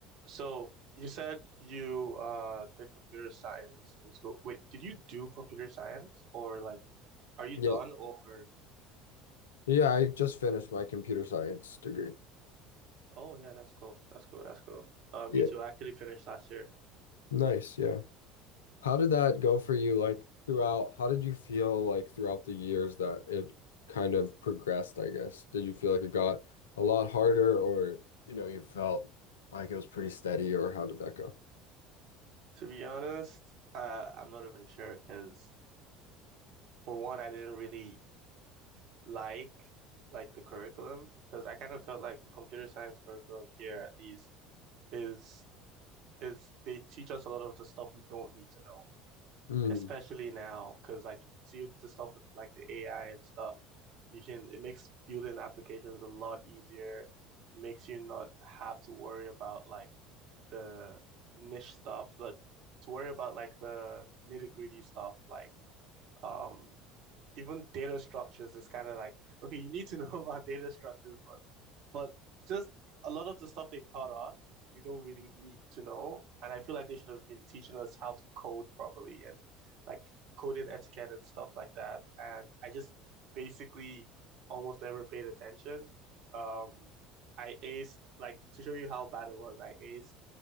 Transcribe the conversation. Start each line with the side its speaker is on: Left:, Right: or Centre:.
Right: So you said you uh did computer science in school. Wait, did you do computer science or like are you done
Left: Yeah.
Right: or
Left: Yeah, I just finished my computer science degree.
Right: oh yeah, that's cool. That's cool. That's cool. Uh me
Left: Yeah.
Right: too. I actually finished last year.
Left: Nice, yeah. How did that go for you like throughout? How did you feel like throughout the years that it kind of progressed, I guess? Did you feel like it got a lot harder or, you know, you felt like it was pretty steady or how did that go?
Right: To be honest, uh I'm not even sure because for one, I didn't really like like the curriculum because I kind of felt like computer science curriculum here at least is is they teach us a lot of the stuff we don't need to know.
Left: Mm,
Right: especially now, because like see the stuff with like the AI and stuff, you can it makes building applications a lot easier. It makes you not have to worry about like the niche stuff, like to worry about like the nitty-gritty stuff, like um even data structures is kind of like okay, you need to <laughs> know about data structures, but but just a lot of the stuff they taught us, we don't really need to know. And I feel like they should have been teaching us how to code properly and like coding etiquette and stuff like that. And I just basically almost never paid attention. Um, I aced like to show you how bad it was. I aced